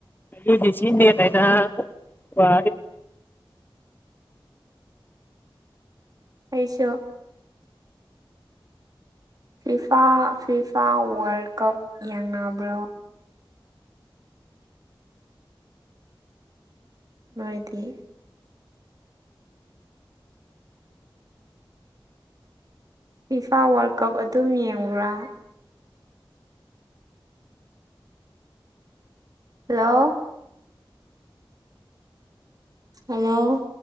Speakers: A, on the left; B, on the right.
A: ꯌꯨꯖꯤꯁꯤ ꯅꯔ ꯑ
B: ꯄꯩꯁꯣ ꯐꯤꯐꯥ ꯐꯤꯐꯥ ꯋꯥꯔꯜ ꯀꯞ ꯌꯦꯡꯅꯕ꯭ꯔꯣ ꯅꯣꯏꯗꯤ ꯐꯤꯐꯥ ꯋꯥꯔꯜ ꯀꯞ ꯑꯗꯨꯝ ꯌꯦꯡꯉꯨꯔꯥ ꯍꯜꯂꯣ ꯍꯜꯂꯣ